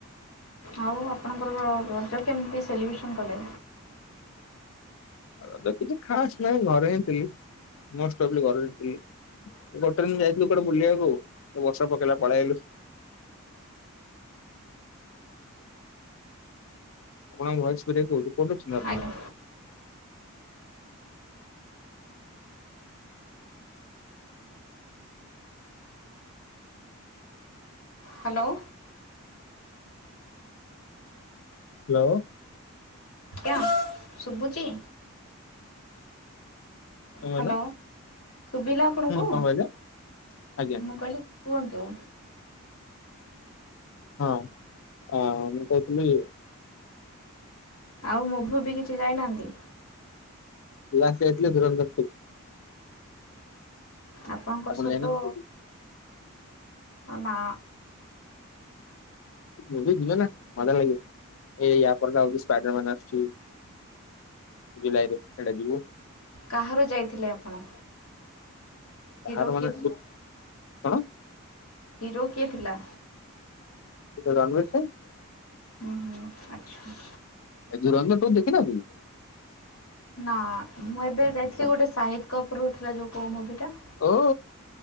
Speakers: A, on the left; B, on the left.
A: ଆଉ ଆପଣଙ୍କର ରଜ କେମିତି ସେଲିବ୍ରେସନ୍ କଲେ?
B: ରଜ କିଛି ଖାସ ନାହିଁ ଘରେ ହିଁ ଥିଲି ମୋଷ୍ଟ ଅଫ ଦି ଘରେ ହଁ ଥିଲି। ଗୋଟେ ଯାଇଥିଲୁ ଗୋଟେ ବୁଲିବାକୁ ବର୍ଷା ପକେଇଲା ପଳେଆଇଲୁ। ଆପଣଙ୍କ ଭଏସ ବ୍ରେକ୍ ହେଊଛି କୋଠି ଅଛନ୍ତି ଆପଣ?
A: ଆଜ୍ଞା ହ୍ୟାଲୋ।
B: ହ୍ୟାଲୋ।
A: ଆଜ୍ଞା ଶୁଭୁଛି?
B: କଣ
A: ହ୍ୟାଲୋ
B: କହିଲ
A: ସୁବିଲା ଆପଣଙ୍କୁ
B: ହୁଁ କଣ କହିଲେ ଆଜ୍ଞା
A: ମୁଁ କହିଲି କୁହନ୍ତୁ?
B: ହଁ ଆ ମୁଁ କହୁଥିଲି
A: ଆଉ ମୁଭୀ ଫୁଭି କିଛି ଯାଇନାହାନ୍ତି?
B: ଲାଷ୍ଟ ଯାଇଥିଲି ଧୂରନ୍ଦର ଟୁ।
A: ଆପଣଙ୍କର
B: ଆପଣ
A: ସହିତ
B: ଯାଇନାହାନ୍ତି
A: ନା
B: ମୁଁଭି ଯିବେ ନା ମଜା ଲାଗିବ ଏ ୟାପର୍ ଯ ହଉଛି ସ୍ପାଇଡର ମ୍ୟାାନ ଆସୁଛି। ଜୁଲାଇ ରେ ସେଇଟା ଯିବୁ
A: କାହାର ଯାଇଥିଲେ ଆପଣ?
B: ତାହାର
A: ହିର
B: ମାନେ
A: କିଏ ଥିଲା?
B: କଣ?
A: ହିରୋ କିଏ ଥିଲା?
B: ରନ୍ମ ସେ <unintelligible>
A: ହୁଁ ହୁଁ ଆଛା।
B: ଏ ଜୁରଙ୍ଗ ଟୁ ଦେଖିନ କି?
A: ନା ମୁଁ ଏବେ ଯାଇଥିଲି ଗୋଟେ ସାହିଦ କପୁରରୁ ଥିଲା ଯୋଉ କୋଉ ମୁଭି ଟା?
B: ଓ